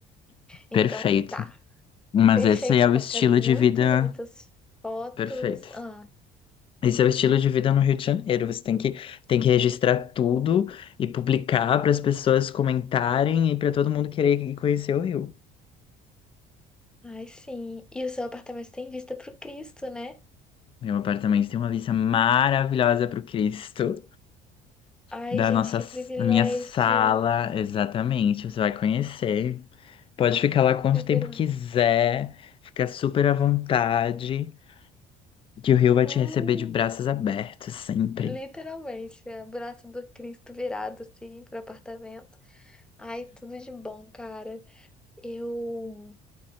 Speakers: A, in the centre; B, on the left.
A: Então,
B: Perfeito.
A: tá.
B: Mas
A: Perfeito,
B: esse é
A: então.
B: o estilo
A: Quero muitas
B: de vida
A: e muitas fotos.
B: perfeito.
A: Ah,
B: Esse é o estilo de vida no Rio de Janeiro. Você tem que, tem que registrar tudo e publicar para as pessoas comentarem e para todo mundo querer ir conhecer o Rio.
A: ai, sim. E o seu apartamento tem vista pro Cristo, né?
B: Meu apartamento tem uma vista maravilhosa para o Cristo.
A: Ai,
B: da
A: gente,
B: nossa,
A: que privilégio.
B: da minha sala, exatamente. Você vai conhecer. Pode ficar lá
A: Que
B: quanto
A: privilégio.
B: tempo quiser, fica super à vontade, que o Rio vai
A: Uh,
B: te receber de braços abertos sempre.
A: literalmente, é o braço do Cristo virado, assim, pro apartamento. Ai, tudo de bom, cara. Eu,